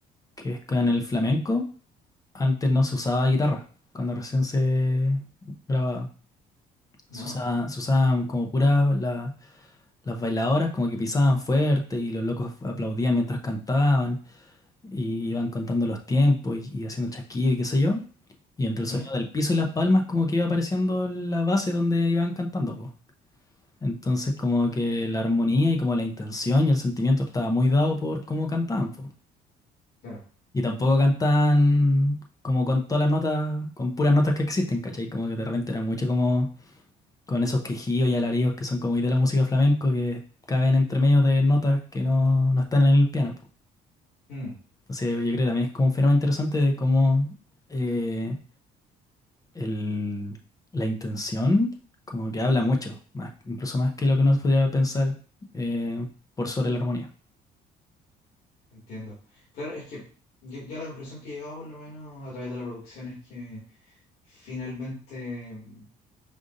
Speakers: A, on the left; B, on the left.
A: que es que en el flamenco antes no se usaba guitarra, cuando recién se grababa.
B: ¿no?
A: Se usaba- se usaban como puras la- las bailadoras, como que pisaban fuerte y los locos aplaudían mientras cantaban. y iban contando los tiempos y, y haciendo chasquido y qué sé yo. Y entre
B: Ujú,
A: el sonido del piso y las palmas como que iba apareciendo la base donde iban cantando, pues. Entonces como que la armonía y como la intención y el sentimiento estaba muy dado por cómo cantaban, pues.
B: claro.
A: Y tampoco cantaban como con todas las notas, con puras notas que existen, ¿cachai? Como que de repente era mucho como con esos quejidos y alaridos que son como muy de la música flamenco que caben entre medio de notas que no, no están en el piano,
B: Mm,
A: Entonces, yo creo que también es como un fenómeno interesante de cómo eh, el- la intención como que habla mucho, más, incluso más que lo que uno podría pensar eh, por sobre la armonía.
B: entiendo. Claro, es que yo, yo a la conclusión que he llegado, por lo menos a través de la producción, es que finalmente... mm,